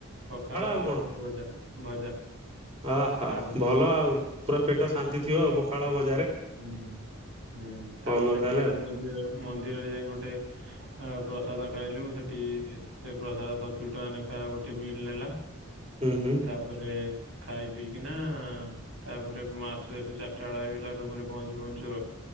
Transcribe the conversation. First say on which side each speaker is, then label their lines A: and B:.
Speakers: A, on the right; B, on the right.
A: ପଖାଳ
B: ଆଉ କଣ?
A: ଭଜା ଭଜା
B: ଆହା
A: ଆଳୁ
B: ଭଲ ଆଉ ପୁରା ପେଟ ଶାନ୍ତି ଥିବ ଆଉ ପଖାଳ ବ
A: ହୁଁ ହୁଁ ତାପରେ
B: ଭଲ
A: ସେଠି
B: ତାହେଲେ
A: ଗୋଟେ
B: ଆଉ
A: ମନ୍ଦିର ମନ୍ଦିରରେ ଯାଇକ ଗୋଟେ ଆ ପ୍ରସାଦ ଖାଇଲୁ ସେଠି ସେ ପ୍ରସାଦ ସତୁୁର ଟଙ୍କା ଲେଖା ଗୋଟେ ମିଲ୍ ନେଲା।
B: ହୁଁ ହୁଁ
A: ତାପରେ ଖାଇ ପିଇକି ନା ତାପରେ ଆସୁ ଆସୁ ଚାରିଟା ବେଳ ହେଇଗଲା ରୁମ୍ ରେ ପହଞ୍ଚୁ ପହଞ୍ଚୁ